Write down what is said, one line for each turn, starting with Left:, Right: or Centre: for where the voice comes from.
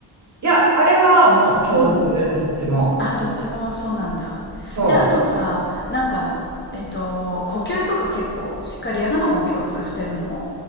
Right: いや、あれはもう共通、
Left: うん
Right: どっちも。
Left: あどっちもそうなんだであとさなんかえっと呼吸とか結構しっかりやるのも共通してるの
Right: そう。